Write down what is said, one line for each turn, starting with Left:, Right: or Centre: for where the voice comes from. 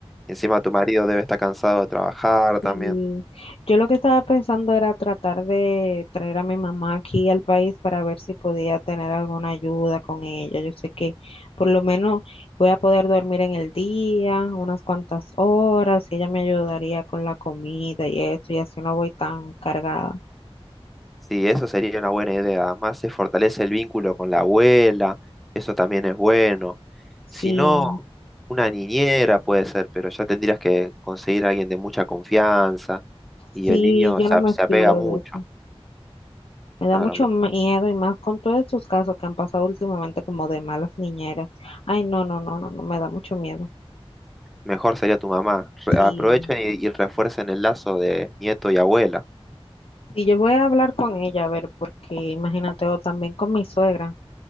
Centre: y Encima tu marido debe estar cansado de trabajar también.
Left: Sí, yo lo que estaba pensando era tratar de traer a mi mamá aquí al país para ver si podía tener alguna ayuda con ella. Yo sé que por lo menos voy a poder dormir en el día unas cuantas horas y ella me ayudaría con la comida y eso, y así no voy tan cargada.
Centre: Sí, eso sería una buena idea. Además, se fortalece el vínculo con la abuela, eso también es bueno. Si
Left: Sí,
Centre: no, una niñera puede ser, pero ya tendrías que conseguir a alguien de mucha confianza y
Left: sí,
Centre: el niño
Left: yo
Centre: se,
Left: no
Centre: ap-
Left: me
Centre: se apega
Left: fío
Centre: mucho.
Left: de eso. Me
Centre: Claro,
Left: da mucho
Centre: me-
Left: miedo y más con todos estos casos que han pasado últimamente como de malas niñeras. Ay, no, no, no, no, no, me da mucho miedo.
Centre: mejor sería tu mamá. Re-
Left: Sí.
Centre: aprovechen y, y refuercen el lazo de nieto y abuela.
Left: Sí, yo voy a hablar con ella, a ver, porque imagínate, o también con mi suegra,